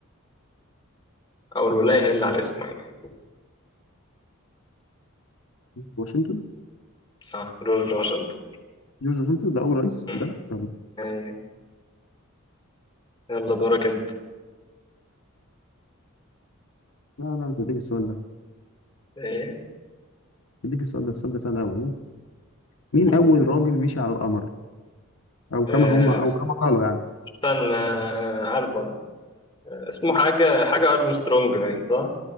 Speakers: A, on the left; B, on the left.
A: أو الولاية هي اللي على اسمه يعني
B: واشنطن
A: صح جورج واشنطن
B: جورج واشنطن ده اول رئيس
A: مم.
B: بجد طب
A: أي يلا دورك أنت
B: لا لا مش هديك السؤال ده
A: إيه
B: اديك السؤال ده السؤال ده سهل قوي مين
A: مم.
B: اول راجل مشي على القمر او
A: آه،
B: كما هم او كما قالوا يعني
A: استنى آه، عارف أنا اسمه حاجة حاجة أرمسترونج باين صح؟